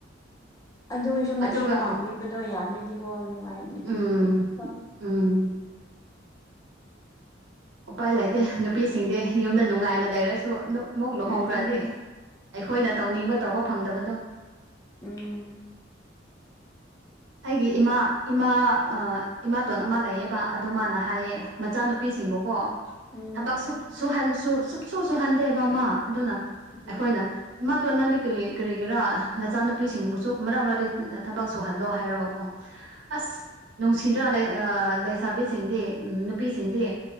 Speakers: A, on the left; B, on the right.
A: ꯑꯗꯨ ꯑꯣꯏꯔꯁꯨ ꯃꯇꯦꯡ
B: ꯑꯗꯨꯒ
A: ꯄꯥꯡꯕꯤꯕꯗꯣ ꯌꯥꯝꯔꯗꯤꯀꯣ ꯅꯨꯡꯉꯥꯏꯕꯅꯦ
B: ꯎꯝ
A: ꯑꯗꯨꯁꯨ ꯀꯣ
B: ꯎꯝ ꯎꯄꯥꯏ ꯂꯩꯇꯦ ꯅꯨꯄꯤꯁꯤꯡꯗꯤ ꯌꯨꯝꯗ ꯅꯨꯡꯉꯥꯏꯅ ꯂꯩꯔꯁꯨ ꯑꯃꯨꯛ ꯂꯨꯍꯣꯡꯈ꯭ꯔꯗꯤ
A: ꯑꯗꯨꯅꯦ
B: ꯑꯩꯈꯣꯏꯅ ꯇꯧꯅꯤꯡꯕ ꯇꯧꯕ ꯐꯪꯗꯕꯗꯣ
A: ꯎꯝ
B: ꯑꯩꯒꯤ ꯏꯃꯥ ꯏꯃꯥ ꯑꯥ ꯏꯃꯥꯇꯣꯟ ꯑꯃ ꯂꯩꯌꯦꯕ ꯑꯗꯨ ꯃꯥꯅ ꯍꯥꯏꯌꯦ ꯃꯆꯥꯅꯨꯄꯤꯁꯤꯡꯕꯨꯀꯣ
A: ꯎꯝ
B: ꯊꯕꯛ ꯁꯨ ꯁꯨꯍꯟ ꯁꯨ ꯁꯨꯨꯛꯁꯨ ꯁꯨꯍꯟꯗꯦ ꯕꯃꯥ ꯑꯗꯨꯅ
A: ꯎꯝ
B: ꯑꯩꯈꯣꯏꯅ ꯏꯃꯥꯇꯣꯟ ꯅꯪꯗꯤ ꯀꯔꯤ ꯀꯔꯤꯒꯤꯔꯥ ꯅꯆꯥꯅꯨꯄꯤꯁꯤꯡꯕꯨꯁꯨ ꯃꯔꯛ ꯃꯔꯛꯇ ꯊꯕꯛ ꯁꯨꯍꯜꯂꯣ ꯍꯥꯏꯔꯒꯀꯣ ꯑꯁ ꯅꯨꯡꯁꯤꯗ꯭ꯔꯥ ꯑ ꯂꯩꯁꯥꯕꯤꯁꯤꯡꯗꯤ ꯎꯝ ꯅꯨꯄꯤꯁꯤꯡꯗꯤ